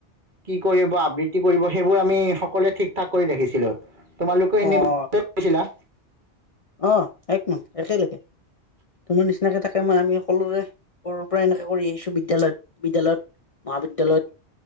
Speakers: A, on the right; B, on the left.
A: কি কৰিব আবৃত্তি কৰিব সেইবোৰ আমি সকলোৱে ঠিক ঠাক কৰি দেখিছিলো তোমালোক
B: অ
A: এনেকোৱা
B: অ
A: কৈ কৰিছিলা
B: অ একমত একেলগে তোমাৰ নিশ্চয় তেনেকৈ থাকে মই আমি সকলোৰে সৰুৰ পৰা এনেকৈ কৰি আহিছো বিদ্যালয়ত বিদ্যালয়ত মহাবিদ্য়ালয়ত